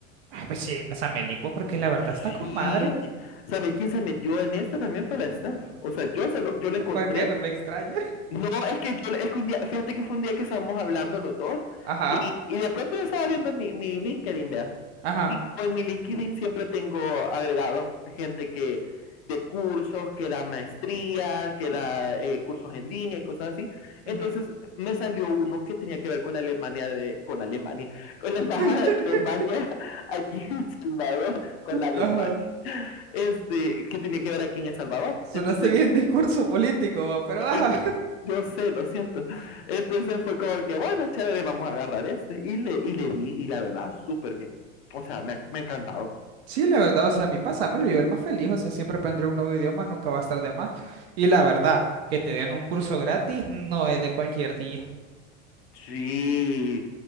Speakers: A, on the right; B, on the left.
A: Ay, pues sí, pásame el link bo, porque la verdad está
B: Sí.
A: con madre.
B: ¿Sabes quién se metió en este? También fue la Steph. O sea, yo se lo, yo
A: <laughs>
B: lo encontré.
A: Porque no me extraña.
B: No, es que yo, es que un día, fíjate que fue un día que estábamos hablando los dos
A: Ajá,
B: y, y de pronto yo estaba viendo mi, mi LinkedIn, vea.
A: ajá.
B: Y como en mi LinkedIn siempre tengo agregado gente que de cursos, que da maestría, que da eh, cursos en línea y cosas así. Entonces
A: ujú.
B: me salió uno que tenía que ver con la Alemania, de, con la Alemania, <laughs> con la Embajada
A: <laughs>
B: de Alemania aquí en El Salvador, con la Alemania,
A: Ajá.
B: este, que tenía que ver aquí en El Salvador.
A: Sonaste
B: Entonces,
A: bien discurso político, bo, pero ajá.
B: ay, no, yo sé, lo siento. Entonces fue como que, bueno, chévere, vamos a agarrar este. Y le, y le di, y la verdad, súper bien. O sea, me ha- me ha encantado.
A: Sí, la verdad, o sea, a mí pásamelo, yo el más feliz, o sea, siempre aprender un nuevo idioma, nunca va a estar de más. Y la verdad, que te den un curso gratis no es de cualquier día.
B: Sí,